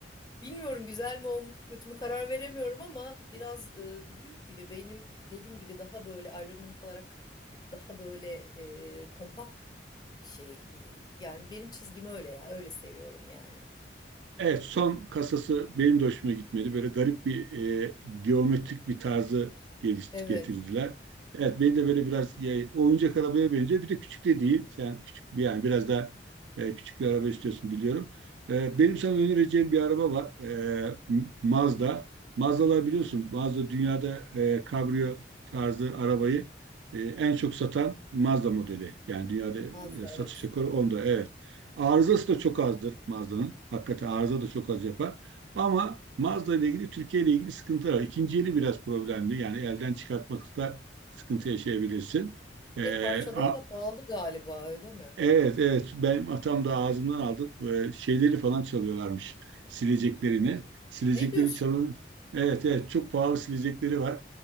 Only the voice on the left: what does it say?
Bilmiyorum güzel mi olmuş, kötü mü karar veremiyorum ama biraz e, büyük gibi benim dediğim gibi daha böyle aerodinamik olarak daha böyle e, kompakt bir şey. E, Yani benim çizgim öyle ya. Öyle seviyorum yani.
Evet.
Mazda
evet.
Ve parçaları
da pahalı galiba öyle mi?
Ne diyorsun?